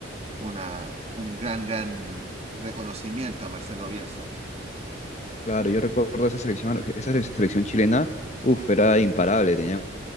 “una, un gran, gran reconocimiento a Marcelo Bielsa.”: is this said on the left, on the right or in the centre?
Right